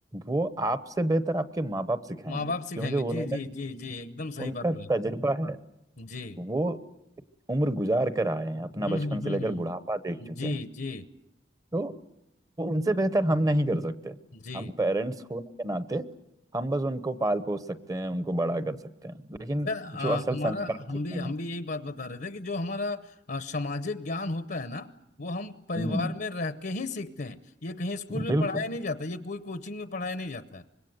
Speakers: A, on the right; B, on the left.
A: वो आपसे बेहतर आपके माँ बाप सिखाएंगे
B: माँ बाप सिखाएंगे
A: क्योंकि उन्होंने
B: जी जी जी जी एकदम सही
A: उनका
B: बात बोले
A: तजुर्बा है
B: जी
A: वो उम्र गुजार कर आए हैं अपना
B: हम्म
A: बचपन
B: हम्म
A: से
B: हम्म
A: लेकर
B: हम्म।
A: बुढ़ापा देख चुके
B: जी
A: हैं
B: जी
A: तो वो उनसे बेहतर हम नहीं कर सकते
B: जी
A: हम पेरेंट्स होने के नाते हम बस उनको पाल पोस सकते हैं उनको बड़ा कर सकते हैं लेकिन
B: सर आ,
A: जो असल
B: हमारा
A: संस्कार
B: हम
A: सिखाना
B: भी हम भी यही बात बता रहे थे कि जो हमारा आ, सामाजिक ज्ञान होता है ना वो हम परिवार
A: हम्म
B: में रह के ही सीखते हैं ये कहीं स्कूल में
A: बिल्कुल
B: पढ़ाया नहीं जाता ये कोई कोचिंग में पढ़ाया नहीं जाता है